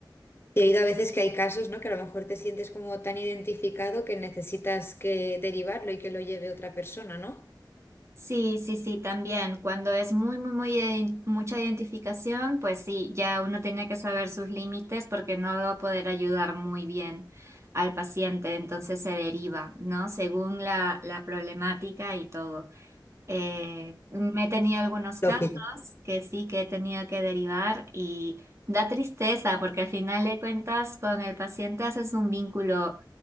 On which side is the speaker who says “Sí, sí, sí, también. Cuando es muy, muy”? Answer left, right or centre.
Right